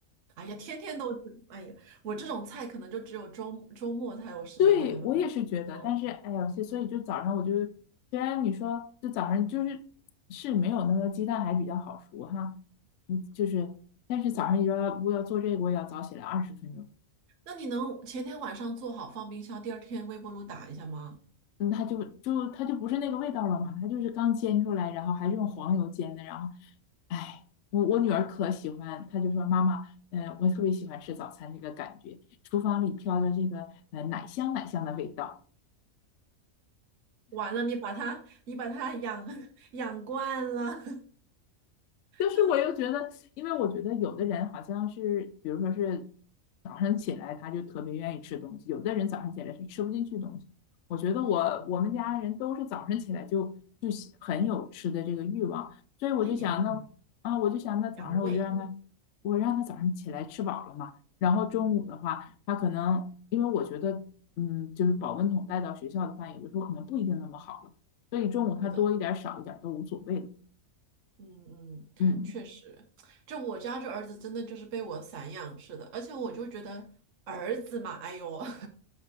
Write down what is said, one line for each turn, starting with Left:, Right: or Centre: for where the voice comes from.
Right: 哎呀，天天都吃，哎呀，我这种菜可能就只有周周末才有时间给他们。
Left: 对，我也是觉得，
Right: 嗯，
Left: 但是哎呀，所以所以就早上我就，虽然你说就早上就是是没有那个鸡蛋还比较好熟哈，嗯，就是，但是早上你说我要做这个，我也要早起来二十分钟，
Right: 那你能前天晚上做好放冰箱，第二天微波炉打一下吗？
Left: 嗯，它就就它就不是那个味道了嘛，它就是刚煎出来，然后还是用黄油煎的，然后哎，我我女儿可喜欢，她就说妈妈，嗯、我特别喜欢吃早餐这个感觉，厨房里飘着这个呃奶香奶香的味道。
Right: 完了，你把它你把它养 <laughs> 养惯了。
Left: 就是我又觉得，
Right: <laughs>
Left: 因为我觉得有的人好像是，比如说是早上起来他就特别愿意吃东西，有的人早上起来是吃不进去东西。我觉得我我们家人都是早上起来就就很有吃的这个欲望，
Right: 嗯，
Left: 所以我就想那
Right: 那也行，
Left: 啊，我就想那早上我就让他，
Right: 养胃，
Left: 我让他早上起来吃饱了嘛，然后中午的话，他可能因为我觉得嗯，就是保温桶带到学校的饭有的时候可能不一定那么好了，所以中午他多一点儿少一点儿都无所谓了，
Right: 对的。嗯嗯，
Left: 嗯。
Right: 确实，就我家这儿子真的就是被我散养似的，而且我就觉得儿子嘛，哎呦。<laughs>